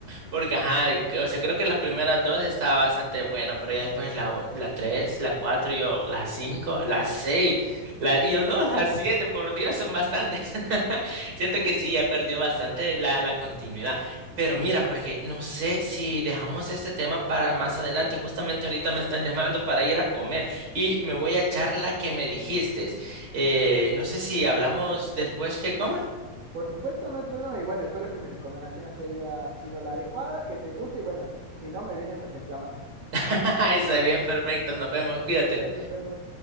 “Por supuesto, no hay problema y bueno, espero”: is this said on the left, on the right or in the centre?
Right